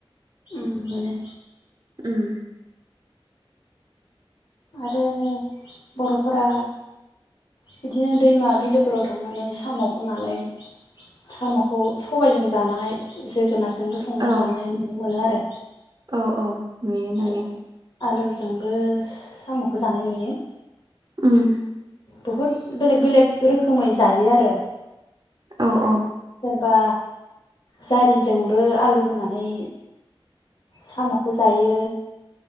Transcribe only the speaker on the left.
उम माने
आरो बर'फोरा बिदिनो दैमा बिलोफोराव थांनानै साम खननानै सामखौ सबायजों जानाय जेरै जोगोनारजोंबो संना
जानाय नुनो मोनो आरो।
आरो
आलुजोंबो सामखौ जानाय नुयो।
बुहुद बेलेग बेलेग रोखोमै जायो आरो।
सोरबा जारिजोंबो आलु होनानै सामखौ जायो।